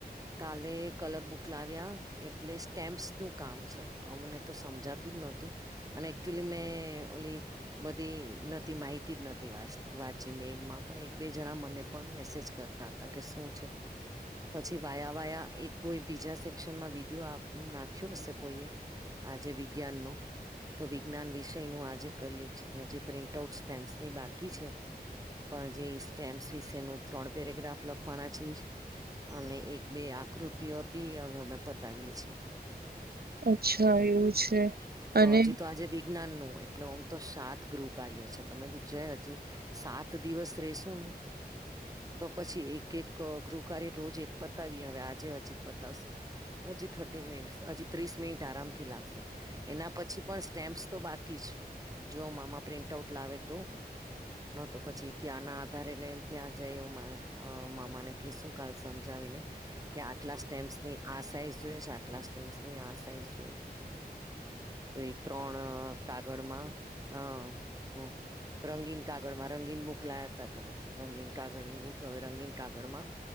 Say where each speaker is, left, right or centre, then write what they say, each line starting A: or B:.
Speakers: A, on the right; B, on the right.
A: કાલે કલર બુક લાવ્યા એટલે સ્ટેમ્પ્સ નું કામ છે અમને તો સમજાતું જ નોતું. અને એકચુલી મે ઓલી. બધી નથી માહિતી જ નથી વા વાંચી મેલ માં પણ એક બે જણા મને પણ મેસેજ કરતા તા ત કે શું છે પછી. વાયા વાયા એક કોઈ બીજા સેક્શનમાં વિડીયો આપ નાખ્યો હશે કોઈએ. આજે વિજ્ઞાન નો. તો વિજ્ઞાન વિષયનું આજે કરીએ છીએ હજી પ્રિન્ટ આઉટ સ્ટેમ્પ્સની બાકી છે. પણ જે સ્ટેમ્પ્સ વિશે ન ત્રણ પેરેગ્રાફ લખવાના છી અને એક બે આકૃતિઓ હતી અવે અમે પતાવીએ છીએ
B: અચ્છા એવું છે. અને
A: તો હજી તો આજે વિજ્ઞાન નું એટલે ઓમ તો સાત ગૃહ કાર્ય છે તમે બી છે હજી સાત દિવસ રેસુ ને તો પછી એક એક ગૃહકારે રોજ એક પતાવી હવે આજે હજી પતાવશુ હજી થર્ટી મિનિટસ હજી ત્રીસ મિનિટ આરામ થી લાગશે. એના પછી પણ સ્ટેમ્પ્સ તો બાકી જ જો મામા પ્રિન્ટ આઉટ લાવે તો. ન તો પછી ત્યાં ના આધારે લઈને ત્યાં જાય એ મામાને. કે શું કાલ સમજાવી ને. કે આટલા સ્ટેમ્પ્સની આ સાઈઝ જોઈએ છે આટલા સ્ટેમ્સ ની આ સાઈઝ જોઈએ છે. તો એ ત્રણ કાગળમાં અ હ. રંગીન કાગળમાં રંગીન બુક લાયા તા કાલે રંગીન કાગળની બુક હવે રંગીન કાગળમાં